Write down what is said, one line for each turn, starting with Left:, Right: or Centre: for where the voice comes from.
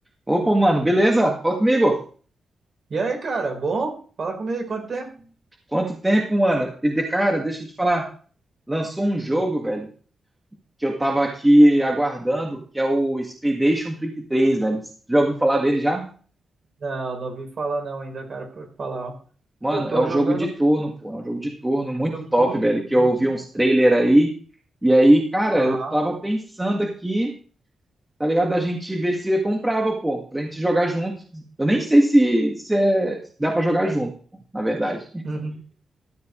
Centre: Opa, mano, beleza? Fala comigo.
Right: E aí, cara, bom? Fala comigo, quanto tempo?
Centre: Quanto tempo, mano? E de cara, deixa eu te falar, lançou um
Right: Hum,
Centre: jogo, velho, que eu tava aqui aguardando, que é o Expedition 33, velho. Já ouviu falar dele já?
Right: não, não ouvi falar não ainda, cara, por falar, ó.
Centre: Mano,
Right: Eu tô
Centre: é um
Right: jogando
Centre: jogo de turno, pô, é um jogo de turno muito
Right: um jogo de
Centre: top,
Right: turno.
Centre: velho, que
Right: Hum,
Centre: eu ouvi uns trailer aí. E aí, cara,
Right: aham.
Centre: eu tava pensando aqui, tá ligado? A gente ver se comprava, pô, pra gente jogar junto. Eu nem sei se, se é- dá pra jogar junto, pô, na verdade.
Right: Uhum.